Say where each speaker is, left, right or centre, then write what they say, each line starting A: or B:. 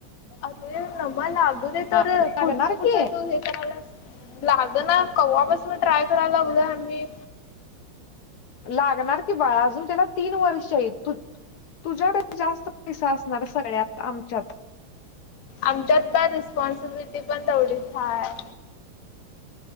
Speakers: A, on the left; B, on the left.
A: आगं नमा लागू दे
B: हा
A: तर,
B: लागणार
A: पुढचं कुठ
B: की
A: तू हे करायल्यास. लागलं ना कव्हापासून ट्राय करायला लागलं आही
B: लागणार ती बाळ अजून त्याला तीन वर्ष य तुझ्याकडे जास्त पैसा असणार सगळ्यात आमच्यात
A: आमच्यातला रिस्पॉन्सिबिलिटी पण तेवढच आहे